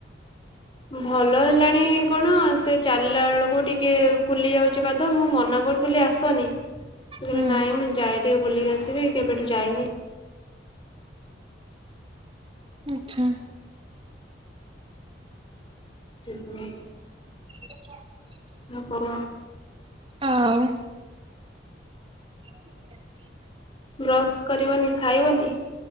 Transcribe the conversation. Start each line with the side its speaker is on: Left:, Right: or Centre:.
Left: ଭଲ ହେଲାଣି କଣ ସେ ଚାଲିଲା ବେଳକୁ ଟିକେ ଫୁଲି ଯାଉଛି ପାଦ ମୁଁ ମନା କରୁ ହି ଆସନି କହିଲେ
Right: ହୁଁ
Left: ନାଇଁ ମୁଁ ଯାଏ ଟିକେ ବୁଲିକି ଆସିବି କେବେଠୁ ଯାଇନି।
Right: ଆଚ୍ଛା।
Left: ଠେପୁରା
Right: <unintelligible>
Left: ନ କର।
Right: ଆଉ <unintelligible>
Left: ବ୍ରଶ୍ କରିବନି ଖାଇବନି?